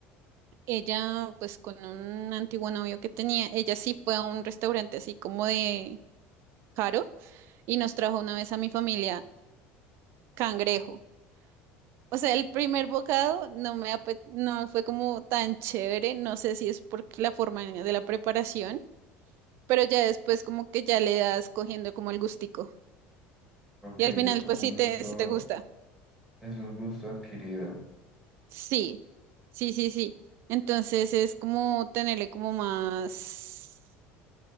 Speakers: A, on the right; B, in the centre.
A: ella pues con un antiguo novio que tenía, ella sí fue a un restaurante así como de caro y nos trajo una vez a mi familia cangrejo. O sea, el primer bocado no me ape- no fue como tan chévere, no sé si es por la forma de la preparación, pero ya después como que ya le das cogiendo como el gustico.
B: Ok,
A: Y al
B: es
A: final
B: como
A: pues sí
B: un
A: te,
B: gusto,
A: sí te gusta.
B: es un gusto adquirido.
A: Sí, sí, sí, sí. Entonces es como tenerle como más,